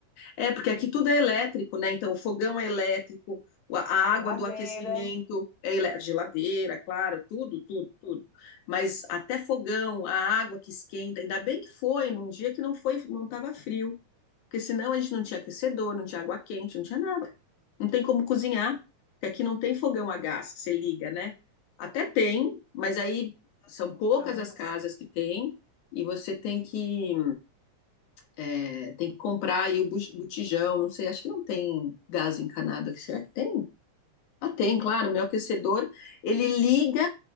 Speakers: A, on the left (about 70°); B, on the left (about 55°).
A: É, porque aqui tudo é elétrico, né? Então, o fogão é elétrico, a água
B: Geladeira.
A: do aquecimento é elé- geladeira, claro, tudo, tudo, tudo. Mas até fogão, a água que esquenta, ainda bem que foi num dia que não foi, não estava frio, porque senão a gente não tinha aquecedor, não tinha água quente, não tinha nada. Não tem como cozinhar, porque aqui não tem fogão a gás que você liga, né? Até tem, mas aí
B: Meu Deus,
A: são
B: foi
A: poucas
B: um caos.
A: as casas que tem e você tem que é, tem que comprar aí o bu- botijão, não sei, acho que não tem gás encanado aqui. Será que tem? Ah, tem, claro. Meu aquecedor, ele liga